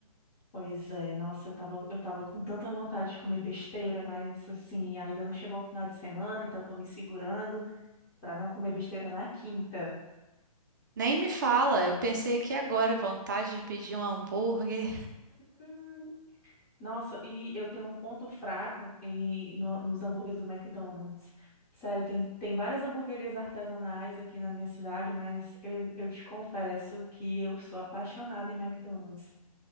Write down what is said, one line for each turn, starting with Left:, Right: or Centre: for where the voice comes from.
Left: Pois é, nossa, eu tava, eu tava com tanta vontade de comer besteira, mas assim, ainda não chegou o final de semana, então tô me segurando pra não comer besteira na quinta.
Right: Nem me fala, eu pensei aqui agora, vontade de pedir um hambúrguer.
Left: Hum, nossa, e eu tenho um ponto fraco em, no- nos hambúrgueres do McDonald's. Sério, tem, tem várias hamburguerias artesanais aqui na minha cidade, mas eu, eu te confesso que eu sou apaixonada em McDonald's.